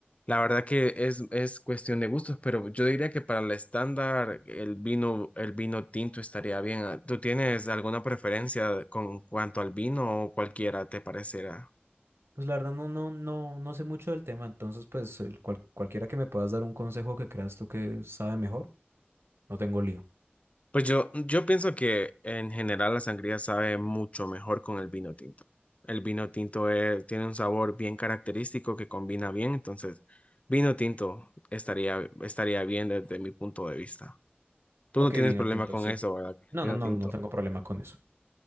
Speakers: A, on the left (about 35°); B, on the right (about 85°).
A: la verdad que es, es cuestión de gustos, pero yo diría que para el estándar el vino, el vino tinto estaría bien. ¿Tú tienes alguna preferencia con cuanto al vino o cualquiera te parecerá?
B: Pues la verdad no, no, no, no sé mucho del tema, entonces pues el cual- cualquiera que me puedas dar un consejo que creas tú que sabe mejor, no tengo lío.
A: Pues yo, yo pienso que en general la sangría sabe mucho mejor con el vino tinto. El vino tinto eh, tiene un sabor bien característico que combina bien, entonces vino tinto estaría, estaría bien desde mi punto de vista. Tú
B: Ok,
A: no tienes
B: vino
A: problema
B: tinto,
A: con
B: sí.
A: eso, ¿verdad?
B: No,
A: Vino
B: no, no,
A: tinto.
B: no tengo problema con eso.